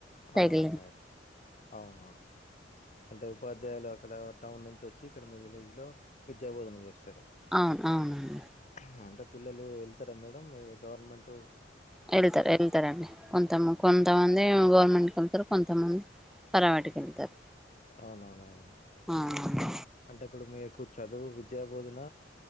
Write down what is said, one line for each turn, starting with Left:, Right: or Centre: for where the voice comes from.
Centre: సైకిల్
Left: అవునా మేడం అవునవును అంటే ఉపాధ్యాయులు అక్కడ టౌన్ నుంచి వచ్చి ఇక్కడ మీ విలేజ్ లో విద్యాబోధన చేస్తారు
Centre: అవును అవునండి
Left: ఆ అంట పిల్లలు వెళ్తారా మేడం ఇది గవర్నమెంటు
Centre: వెళ్తారు వెళ్తారండి కొంత కొంతమంది గవ్ మెంట్ వెళ్తారు కొంతమంది ప్రైవేటు కి వెళ్తారు
Left: అవున మేడమ్
Centre: అవునండి
Left: అంటే ఇప్పుడు మీకూ చదువు విద్యా బోధన